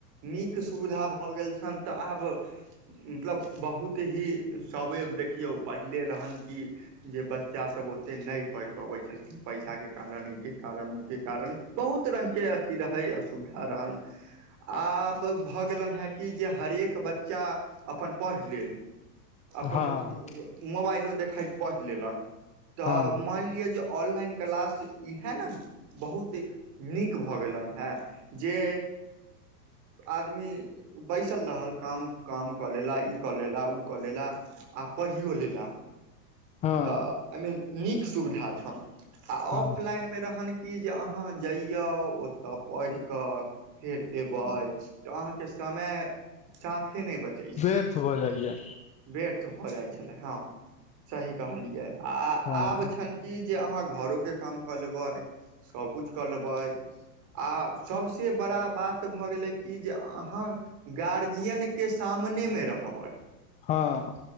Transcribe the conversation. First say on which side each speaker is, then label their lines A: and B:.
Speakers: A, on the right; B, on the left.
A: नीक सुविधा भऽ गेल छन। तऽ आब मतलब बहुत ही सवैव देखियौ पहिले रहनि कि जे बच्चा सब ओते न पढ़ पबैय छलखिन पैसाके कारण इ के कारण ऊ के कारण बहुत रंग के अथी रहै असुविधा रहनि। आब भऽ गेलनि हेँ कि जे हरेक बच्चा अपन पढ़ि लेल। अपन
B: हँ
A: मोबाइलो देखैत पढ़ि लेलक त
B: हँ
A: माइन लियऽ ऑनलाइन क्लास इहा ने बहुत नीक भऽ गेलनि। ह जे आदमी बैसल रहल काम काम कऽ लेला ई कऽ लेला ओ कऽ लेला। आ पढ़ियो लेला
B: हँ
A: तऽ एहिमे नीक सुविधा छनि। आ ऑफलाइन
B: हँ
A: मे रहन कि जे अहाँ जइया ओतऽ पढ़ि कऽ फेर एबैय तऽ अहाँके समय साफे नहि बचै छलै
B: व्यर्थ भऽ जाइया
A: व्यर्थ भऽ जाइ छलै हम सही कहलियै आ
B: हँ
A: आब छनि कि जे अहाँ घरो के काम क लेबैय सबकुछ क लेबैय। आ सबसे बड़ा बात भऽ गेलै कि जे अहाँ गार्जियनक के सामने मे रहबय।
B: हँ।